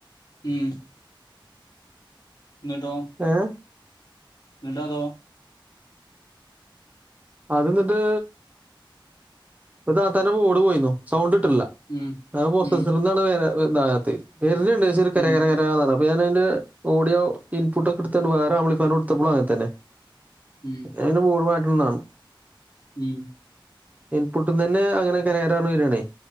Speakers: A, on the left (about 50°); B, on the right (about 20°).
A: ഉം ഇന്നിട്ടോ
B: ഏ ഹ്
A: ന്ന് ട്ടതോ
B: അത് ഇന്ന്ട്ട് താത്തൻ്റെ പോട് പോയിന്നു സൗണ്ട് കിട്ട്ണില്ല
A: ഉം
B: പ്രൊസ്സറിൽ
A: ഉം
B: നിന്നാണ് ഇതാകാത്തെ വെർന്ന് ണ്ട് ഷെ ഒരു കര
A: ഉം
B: കര കരന്ന് ഞൻ അതിന്റെ ഓഡിയോ ഇൻപുട്ട് ഒക്കെ എടുത്തണ്ട് വേറെ ആ മ്പ്ളി ഫയർ കൊടുത്തപ്പോളും അങ്ങനെ തന്നെ
A: ഉം
B: അതിന്റെ ബോഡ്മാറ്റണംന്നാ ണ്
A: ഉം
B: പു ട്ട്ന്ന് തന്നെ അങ്ങനെ കര കര ർഞ് വരാണ്